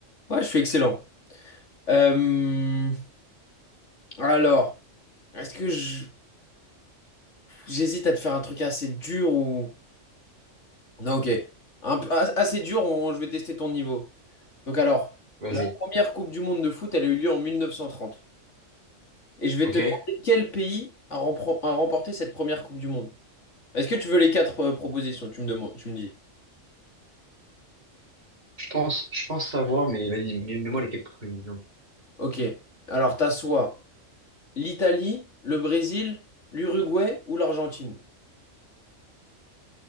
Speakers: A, on the left; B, on the right.
A: Ouais, je suis excellent. Euh, alors, est-ce que je- j'hésite à te faire un truc assez dur ou... Non, ok. Un peu- as- assez dur, on- je vais tester ton niveau. Donc alors,
B: Vas-y.
A: la première Coupe du Monde de foot, elle a eu lieu en 1930. Et je vais
B: Ok.
A: te demander quel pays a, rempro- a remporté cette première Coupe du Monde. Est-ce que tu veux les quatre euh, propositions? Tu me demandes, tu me dis.
B: Je pense, je pense savoir, mais vas-y, mets- mets-moi les quatre propositions.
A: Ok. Alors, t'as soit l'Italie, le Brésil, l'Uruguay ou l'Argentine.